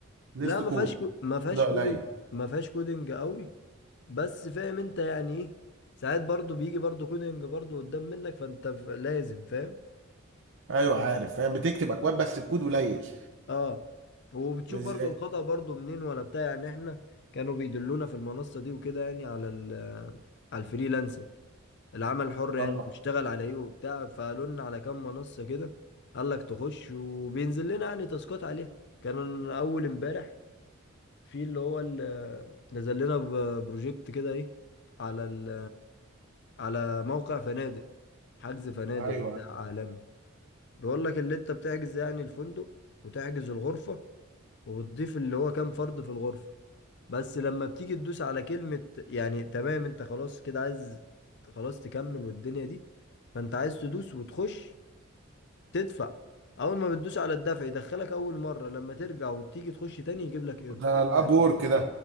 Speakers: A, on the right; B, on the left.
A: ليست
B: لا ما
A: كود
B: فيهاش كو- ما فيهاش
A: ده
B: كودنج
A: قليل
B: ما فيهاش كودنج قوي بس فاهم انت يعني ايه ساعات برضو بيجي برضو كونينج برضو قدام منك فانت ف- لازم فاهم
A: ايوه عارف فاهم بتكتب اكواد بس الكود قليل
B: اه وبتشوف
A: مش زي
B: برضو الخطأ برضو منين ولا بتاع يعني احنا كانوا بيدلونا في المنصة دي وكده يعني على ال آه، على الفريلانسنج العمل الحر
A: اه
B: يعني بنشتغل على ايه وبتاع فقالوا لنا على كام منصة كده قال لك تخش وبينزل لنا يعني تاسكات عليها كان اول امبارح في اللي هو ال- آه، نزل لنا ب- بروجكت كده ايه على ال على موقع فنادق حجز فنادق
A: ايوه
B: وبتاع
A: أيوه.
B: عالمي بيقول لك اللي انت بتحجز يعني الفندق وتحجز الغرفة وبتضيف اللي هو كام فرد في الغرفة بس لما بتيجي تدوس على كلمة يعني تمام انت خلاص كده عايز خلاص تكمل والدنيا دي فانت عايز تدوس وتخش تدفع اول ما بتدوس على الدفع يدخلك اول مرة لما ترجع وتيجي تخش تاني يجيب لك ايرو
A: ده الاب
B: يعني
A: وورك ده